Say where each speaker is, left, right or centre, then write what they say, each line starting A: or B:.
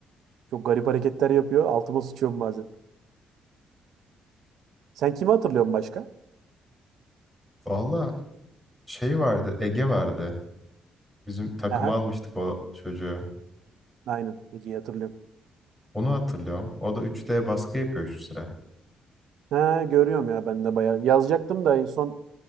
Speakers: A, on the right (about 75°); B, in the centre.
A: Çok garip hareketler yapıyor. Altıma sıçıyorum bazen. Sen kimi hatırlıyorsun başka?
B: Valla şey vardı, Ege vardı. Bizim takıma
A: Aha,
B: almıştık o çocuğu.
A: aynen. Ege'yi hatırlıyorum.
B: Onu hatırlıyorum. O da 3D baskı yapıyor şu sıra.
A: Ha, görüyorum ya ben de bayağı. Yazacaktım da en son